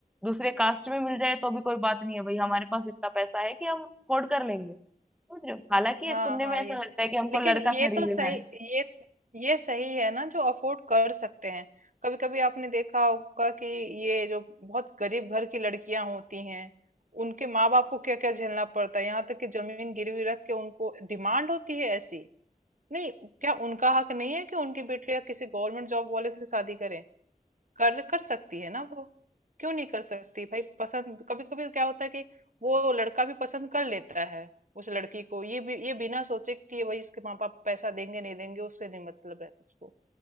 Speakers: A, in the centre; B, on the right.
A: दूसरे कास्ट में मिल जाए तो भी कोई बात नहीं है भाई हमारे पास इतना पैसा है कि हम अफोर्ड कर लेंगे समझ रहे हो हालांकि ये
B: हाँ
A: सुनने
B: हाँ
A: में ऐसा
B: ये
A: लगता है कि हमको
B: लेकिन
A: लड़का
B: ये
A: खरीदना
B: तो सही
A: है
B: ये ये सही है ना जो अफोर्ड कर सकते हैं कभी कभी आपने देखा होगा कि ये जो बहुत गरीब घर की लड़कियां होती हैं उनके माँ बाप को क्या क्या झेलना पड़ता है यहाँ तक कि जमीन गिरवी रख के उनको डिमांड होती है ऐसी नहीं क्या उनका हक नहीं है कि उनकी बेटियां किसी गवर्नमेंट जॉब वाले से शादी करें कर कर सकती है ना वो क्यों नहीं कर सकती भाई पसंद कभी कभी क्या होता है कि वो लड़का भी पसंद कर लेता है उस लड़की को ये भी ये बिना सोचे कि ये भाई इसके माँ बाप पैसा देंगे नहीं देंगे उससे नहीं मतलब रहता उसको